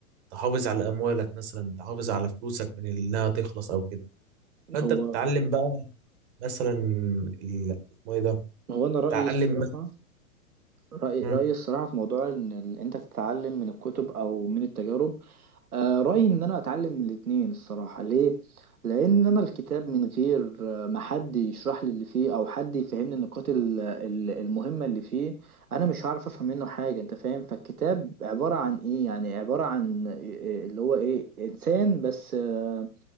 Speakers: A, on the right; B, on the right.
A: تحافظ على اموالك مثلا تحافظ على فلوسك من انها تخلص او كده فانت
B: هو
A: بتتعلم بقى مثلا ال- اسمه ايه ده
B: هو انا رايي
A: تتعلم
B: الصراحه
A: مثلا
B: رايي
A: مم.
B: رايي الصراحه في موضوع ان ال- انت تتعلم من الكتب او من التجارب آه رايي ان انا اتعلم من الاتنين الصراحه ليه لان انا الكتاب من غير آه، ما حد يشرح لي اللي فيه او حد يفهمني النقاط ال- ال- المهمه اللي فيه انا مش هعرف افهم منه حاجه انت فاهم فالكتاب عباره عن ايه يعني عباره عن آه، اللي هو ايه انسان بس آه،